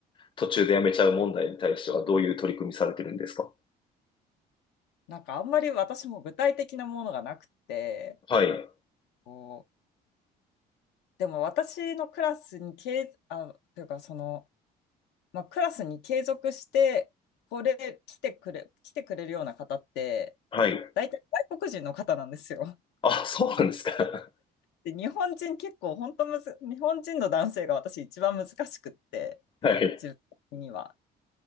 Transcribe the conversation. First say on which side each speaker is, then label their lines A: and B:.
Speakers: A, on the left; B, on the left.
A: 途中で辞めちゃう問題に対してはどういう取り組みされてるんですか
B: なんかあんまり私も具体的なものがなくて、
A: はい。
B: こう、でも私のクラスに、けいあ、というかその、まあ、クラスに継続して、これ、来てくれ、来てくれるような方って、
A: はい。
B: 大体外国人の方なんですよ。<laughs>
A: あ、そうなんですか。
B: で、日本人結構、本当むず、日本人の男性が私一番難しくって、
A: <laughs> はい。
B: 自分的には。